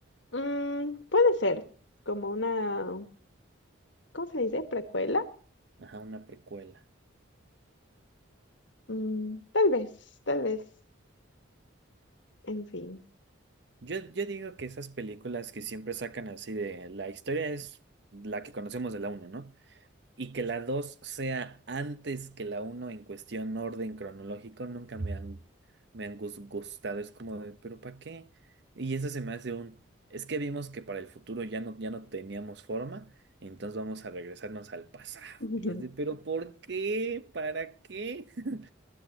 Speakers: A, on the left (about 65°); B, on the right (about 55°).
A: Mm, puede ser como una, ¿cómo se dice? ¿Precuela?
B: Ajá, una precuela.
A: Mm, tal vez, tal vez, en fin,
B: Yo, yo digo que esas películas que siempre sacan así de, la historia es la que conocemos de la uno, ¿no? Y que la 2 sea antes que la uno en cuestión orden cronológico, nunca me han, me han gus- gustado. Es como de, ¿pero para qué? Y eso se me hace un, es que vimos que para el futuro ya no, ya no teníamos forma, entonces vamos a regresarnos al pasado.
A: <laughs>
B: Y es de, ¿pero por qué? ¿Para qué? <laughs>